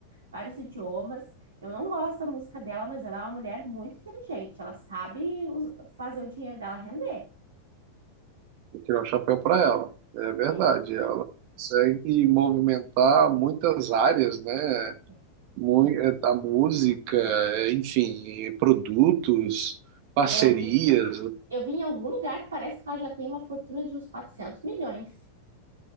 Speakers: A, on the right; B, on the right.
A: vários idiomas. Eu não gosto da música dela, mas ela é uma mulher muito inteligente, ela sabe us- fazer o dinheiro dela render.
B: Vou tirar o chapéu para ela. É verdade,
A: É,
B: ela consegue movimentar muitas áreas, né?
A: é.
B: Mui- é, A música, é, enfim, e produtos, parcerias.
A: É, eu vi, eu vi em algum lugar que parece que ela já tem uma fortuna de uns quatrocentos milhões.